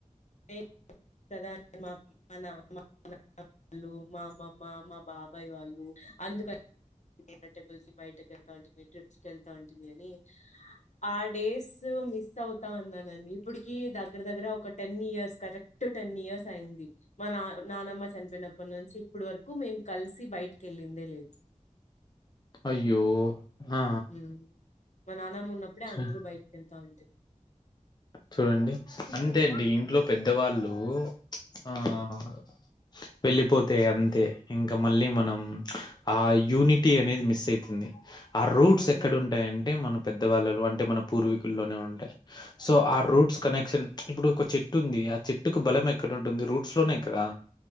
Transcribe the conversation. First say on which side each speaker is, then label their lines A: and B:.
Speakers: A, on the left; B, on the left.
A: ఎమ్ కదాన్ మామ్ మన అమ్మ నా ఆ ళ్ళు మా అమ్మమ్మ మా బాబాయివాళ్లు అందుకన్ ఏ నా టెంపుల్సు బైట కెల్ థాంటే ట్రిప్స్ కెల్ థాంటిమ్ అని ఆ డేసు మిస్ ఔత్ తన్నానండి ఇపుడుకీ దగ్గర దగ్గర ఒక ten years correct ten years ఐది మనాన్ నానమ్మ చన్ పేయ్ నప్పన్ నుంచి ఇప్పడు వరుకు మేమ్ కల్సి బైట్ కేళ్ళిందే లెద్
B: అయ్యో ఆ
A: ఉమ్ మా నాన్నమ్మ ఉన్నప్పుడే
B: చు
A: అందరు బైట్ కేల్థాంటే
B: చూడండి అంతెండి
A: ఉండే
B: ఇంట్లో పెద్దవాళ్ళు ప్చ్ ఆ ఆ ఆ వెళ్ళిపోతె అంతే ఇంకా మళ్ళీ మనమ్ హ్ ఆ యూనిటీ అనేది మిస్ ఐతుంది. ఆ రూట్స్
A: హ్మ్.
B: ఎక్కడుంటాయంటే మన పెద్దవాళ్ళలో అంటే మన పూర్వీకుల్లోనే ఉంటాయ్ సో ఆ
A: హ్మ్.
B: రూట్స్ కనెక్షన్ ప్చ్ ఇప్పుడు ఒక్ చెట్టుంది ఆ చెట్టుకు బలమేక్కడుంటుంది రూట్స్ లోనేకదా